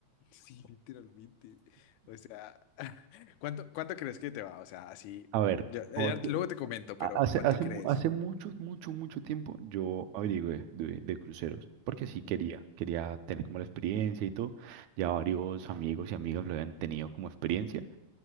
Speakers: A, on the left (about 80°); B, on the right (about 75°).
A: Sí, literalmente. O sea, <laughs> ¿cuánto, cuánto crees que te va? O sea, así,
B: A ver,
A: ya,
B: no,
A: ya
B: a-
A: luego te comento, pero
B: Hace,
A: ¿cuánto
B: hace,
A: crees?
B: mu- hace mucho, mucho, mucho tiempo yo averigüé de, de cruceros, porque sí quería,
A: Mm,
B: quería tener como la experiencia y todo. Ya varios amigos y amigas lo habían tenido como experiencia,